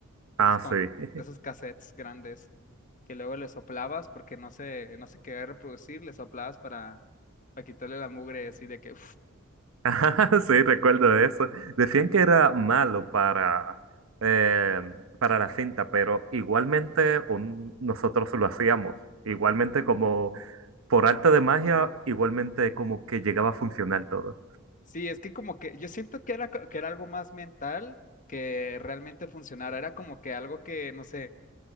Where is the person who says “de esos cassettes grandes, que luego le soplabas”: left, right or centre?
Left